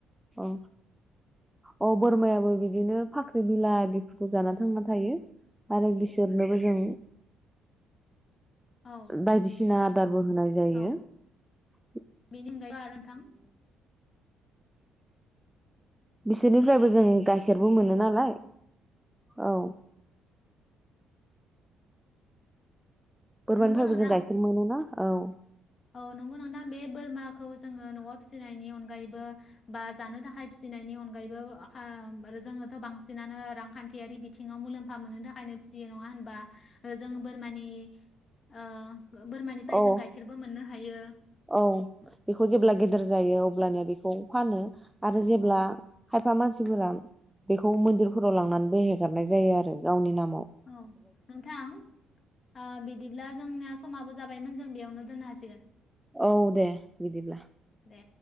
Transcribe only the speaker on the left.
औ
औ
बेनि आरो नोंथां
नंगौ नोंथां
औ नंगौ नोंथां बे बोरमाखौ जोङो न'आव फिसिनायनि अनगायैबो बा जानो थाखाय फिसिनायनि अनगायैबो जोङोथ' बांसिनानो रांखान्थियारि बिथिङाव मुलाम्फा मोननो थाखायनो फिसियो नङा होनबा जों बोरमानि ओ ओ बोरमानिफ्राय
जों गाइखेरबो मोननो हायो
औ
औ नोंथां ओ बिदिब्ला जोंनिया समाबो जाबायमोन जों बेयावनो दोननो हासिगोन
दे